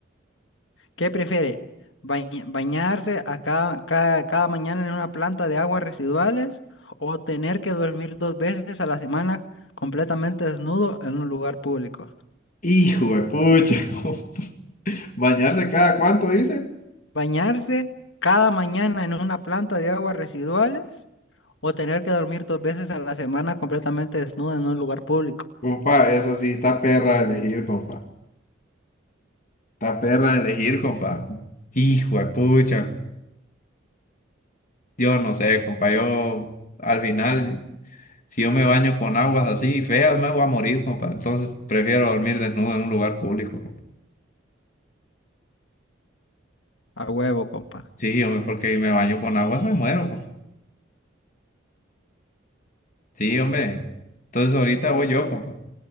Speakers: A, on the left; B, on the left.
A: ¿Qué prefiere? Bañ- ¿Bañarse a cada, cada, cada mañana en una planta de aguas residuales o tener que dormir dos veces a la semana completamente desnudo en un lugar público?
B: Hijo de pucha, <laughs> bañarse cada cuánto dice.
A: ¿Bañarse cada mañana en una planta de aguas residuales? O tener que dormir dos veces a la semana completamente desnudo en un lugar público.
B: Compa, eso sí, está perra de elegir, compa. está perra de elegir, compa. Hijo de pucha. Yo no sé, compa. Yo, al final, si yo me baño con aguas así feas, me voy a morir, compa. Entonces, prefiero dormir desnudo en un lugar público, compa.
A: A huevo, compa.
B: Sí, hombre, porque si me baño con aguas, me muero, compa. Sí, hombre. Entonces, ahorita voy yo, compa.